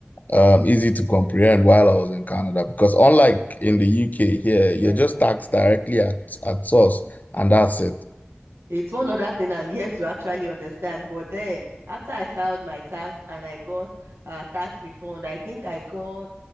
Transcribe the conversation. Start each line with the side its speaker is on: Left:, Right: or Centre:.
Left: um easy to comprehend while I was in Canada because unlike in the UK here,
Right: Yeah.
Left: you're just taxed directly at at source and that's it.
Right: It's one other thing I'm yet to actually understand. But then, after I filed my tax and I got a tax refund, I think I got